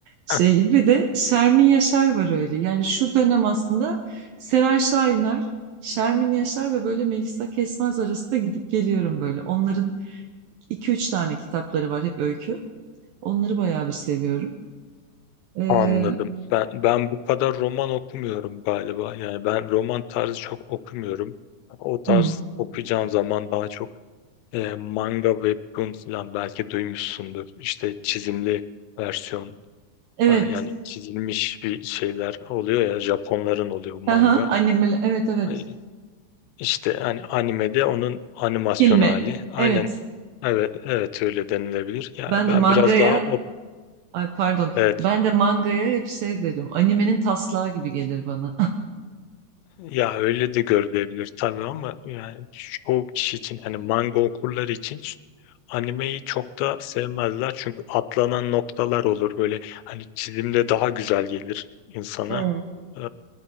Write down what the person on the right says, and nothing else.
şey
gibi bir de Şermin Yaşar var öyle. Yani şu dönem aslında Seray Şahinler, Şermin Yaşar ve böyle Melisa Kesmez arasında gidip geliyorum böyle. Onların iki üç tane kitapları var hep öykü. Onları bayağı bir seviyorum. Ee,
hmm,
evet.
Aha,
annem, evet evet.
Filmi.
Evet.
Ben
de mangaya,
ay pardon,
ben de mangaya hep şey derim. Animenin taslağı gibi gelir bana. <laughs>
Hmm,